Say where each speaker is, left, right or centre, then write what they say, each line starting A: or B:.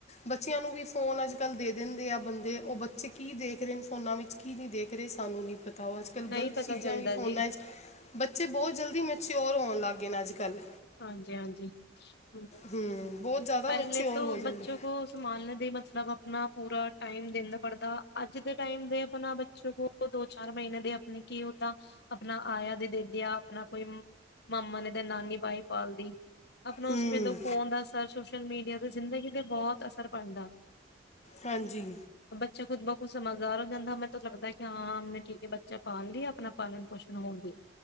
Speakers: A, on the left; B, on the left.
A: ਬੱਚਿਆਂ ਨੂੰ ਵੀ ਫੋਨ ਅੱਜ ਕੱਲ੍ਹ ਦੇ ਦਿੰਦੇ ਆ ਬੰਦੇ ਉਹ ਬੱਚੇ ਕੀ ਦੇਖ ਰਹੇ ਨੇ ਫੋਨਾਂ ਵਿੱਚ ਕੀ ਨਹੀਂ ਦੇਖ ਰਹੇ ਸਾਨੂੰ ਨਹੀਂ ਪਤਾ ਅੱਜ ਕੱਲ
B: ਨਹੀਂ
A: ਗਲਤ
B: ਪਤਾ
A: ਚੀਜ਼ਾਂ
B: ਚੱਲਦਾ
A: ਵੀ ਫੋਨਾਂ
B: ਜੀ
A: ਚ ਬੱਚੇ ਬਹੁਤ ਜਲਦੀ ਮਚਿਉਓਰ ਹੋਉਣ ਲੱਗ ਗਏ ਨੇ ਅੱਜ ਕੱਲ।
B: ਹਾਂਜੀ ਹਾਂਜੀ ਹਮ।
A: ਹੂੰ ਬਹੁਤ ਜ਼ਿਆਦਾ
B: ਪਹਿਲੇ
A: ਮੈਚਿਓਰ
B: ਤੋਂ
A: ਹੋ ਜਾਂਦੇ
B: ਬੱਚੋ ਕੋ ਸੰਭਾਲ ਨੇ ਦੇਈ <unintelligible> ਆਪਣਾ ਪੂਰਾ ਟਾਈਮ ਦਿੰਦਾ ਪੜਦਾ ਅੱਜ ਦੇ ਟਾਈਮ ਦੇ ਆਪਣਾ ਬੱਚੋ ਕੋ ਦੋ ਚਾਰ ਮਹੀਨੇ ਦੇ ਆਪਣੀ ਕੀ ਓਦਾਂ ਆਪਣਾ ਆਇਆ ਦੇ ਦੇਖਦਿਆਂ ਆਪਣਾ ਕੋਈ ਮਾਮਾ ਨੇ ਤੇ ਨਾਨੀ ਬਾਈ ਪਾਲਦੀ ਆਪਣਾ
A: ਹੂੰ
B: ਉਸ ਪੇ ਤੋਂ ਫੋਨ ਦੱਸ ਸੋਸ਼ਲ ਮੀਡੀਆ ਤੇ ਜ਼ਿੰਦਗੀ ਤੇ ਬਹੁਤ ਅਸਰ ਪੈੰਦਾ।
A: ਹਾਂਜੀ।
B: ਬੱਚਾ ਖੁਦ ਮ ਖੁਦ ਸਮਝਦਾਰ ਹੋ ਜਾਂਦਾ ਮੈਨੂੰ ਲੱਦਾ ਕਿ ਹਾਂ ਹਾਂ ਨੇ ਠੀਕ ਹੈ ਬੱਚਾ ਪਾਲ ਲਈ ਆਪਣਾ ਪਾਲਣ ਪੋਸ਼ਣ ਹੋਣ ਲਈ।